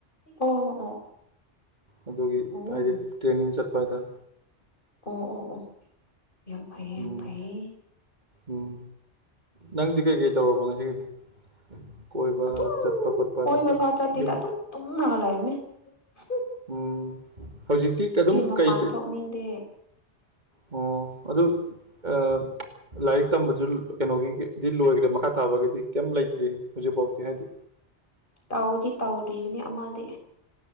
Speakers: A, on the left; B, on the right.
A: ꯑꯣ ꯑꯣ
B: ꯑꯗꯨꯒꯤ
A: ꯑꯣ
B: ꯍꯥꯏꯗꯤ ꯇ꯭ꯔꯦꯅꯤꯡ ꯆꯠꯄ ꯍꯥꯏꯇꯥꯔꯦ
A: ꯑꯣ ꯑꯣ ꯑꯣ ꯌꯥꯝ ꯐꯩꯌꯦ
B: ꯎꯝ
A: ꯌꯥꯝ ꯐꯩꯌꯦ
B: ꯎꯝ ꯅꯪꯗꯤ ꯀꯩꯀꯩ ꯇꯧꯔꯕꯣ ꯉꯁꯤꯒꯤꯗꯤ ꯀꯣꯏꯕ
A: ꯑꯗꯨꯝ
B: ꯆꯠꯄ ꯈꯣꯠꯄ
A: ꯀꯣꯏꯕ
B: ꯅꯠꯇ꯭ꯔꯥ
A: ꯐꯥꯎ ꯆꯠꯇꯦꯗ
B: ꯌꯨꯝ
A: ꯑꯗꯨꯝ ꯇꯨꯝꯔꯒ ꯂꯩꯕꯅꯦ ꯍꯨꯝ
B: ꯎꯝ ꯍꯧꯖꯤꯛꯇꯤ ꯑꯗꯨꯝ
A: ꯃꯄꯥꯟ
B: ꯀꯩ
A: ꯊꯣꯛꯅꯤꯡꯗꯦ
B: ꯑꯣ ꯑꯗꯨ ꯑ ꯂꯥꯏꯔꯤꯛ ꯇꯝꯕꯁꯨ ꯀꯩꯅꯣꯒꯤꯗꯤ ꯂꯣꯏꯈ꯭ꯔꯦ ꯃꯈꯥ ꯇꯥꯕꯒꯤꯗꯤ ꯀꯩꯝ ꯂꯩꯇ꯭ꯔꯤ ꯍꯧꯖꯤꯛꯐꯥꯎꯗꯤ ꯍꯥꯏꯗꯤ
A: ꯇꯥꯎꯗꯤ ꯇꯥꯎꯔꯤꯕꯅꯤ ꯑꯃꯗꯤ